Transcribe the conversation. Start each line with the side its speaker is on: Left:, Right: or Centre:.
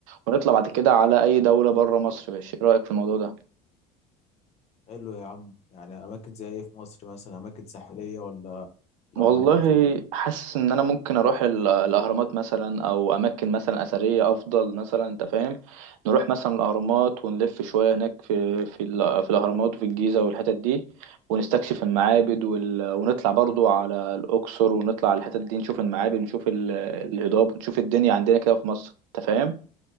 Right: ونطلع بعد كده على اي دولة بره مصر يا باشا ايه رأيك في الموضوع ده
Left: حلو يا عم يعني اماكن زي ايه في مصر مثلا اماكن ساحليه ولا الاهرامات
Right: والله
Left: ولا ايه
Right: حاسس ان انا ممكن اروح ال- الاهرامات مثلا او اماكن مثلا اثريه افضل مثلا انت فاهم نروح مثلا الاهرامات ونلف شويه هناك في في ال- في الاهرامات وفي الجيزه والحتت دي ونستكشف المعابد وال... ونطلع برضو على الاقصر ونطلع على الحتت دي نشوف المعابد نشوف ال... الهضاب ونشوف الدنيا عندنا كده في مصر انت فاهم